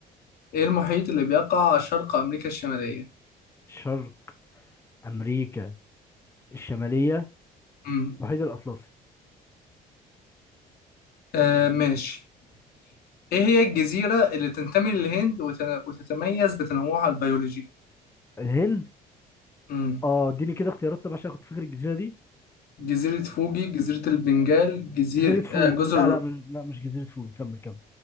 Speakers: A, on the left (about 65°); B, on the left (about 15°).
A: ايه المحيط اللي بيقع شرق امريكا الشمالية
B: شرق امريكا الشماليه
A: امم
B: المحيط الاطلسي
A: آه ماشي ايه هي الجزيرة اللي تنتمي للهند وت- وتتميز بتنوعها البيولوجي
B: الهند
A: امم
B: اه اديني كده اختيارات طب عشان اخد فكره الجزيره دي
A: جزيرة فوجي جزيرة البنجال جزيرة
B: جزيره فوق
A: آه جزر
B: لا لا من... لا مش جزيره فوق كمل كمل